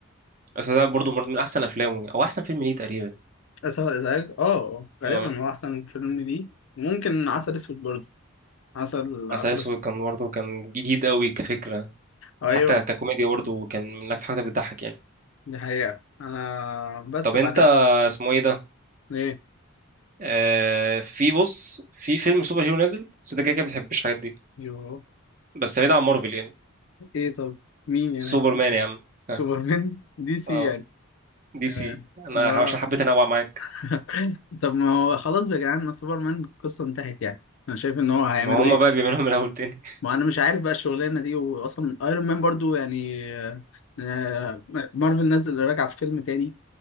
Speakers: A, on the right (about 35°); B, on the left (about 60°).
A: بس ده برضه برضه من أحسن أفلامه أو أحسن فيلم ليه تقريبا
B: آسف على الإزعاج اه غالبا
A: اه
B: هو أحسن فيلم ليه ممكن عسل أسود برضه عسل
A: عسل
B: عسل
A: أسود
B: أسود
A: كان برضه كان جديد قوي كفكرة
B: أيوه
A: وحتى ككوميديا برضه كان من أكتر حاجة بتضحك يعني
B: دي حقيقة أنا بس
A: طب
B: بعد
A: أنت اسمه إيه ده؟
B: إيه
A: آه في بص في فيلم سوبر هيرو نازل بس أنت كده كده بتحبش الحاجات دي
B: يو
A: بس بعيد عن مارفل يعني
B: إيه طب مين يعني
A: سوبر مان يا عم
B: سوبرمان
A: ها.
B: دي سي
A: اه
B: يعني
A: دي
B: آه
A: سي انا
B: آه.
A: عشان حبيت انوع معاك
B: <laughs> طب ما هو خلاص بقى يا جدعان ما سوبرمان القصة انتهت يعني أنا شايف إن هو هيعملوا
A: ما هما
B: إيه
A: بقى بيعملوهم من الاول تاني
B: ما أنا مش عارف بقى الشغلانة دي وأصلا أيرون مان برضه يعني آه، آه، مارفل نزل راجع في فيلم تاني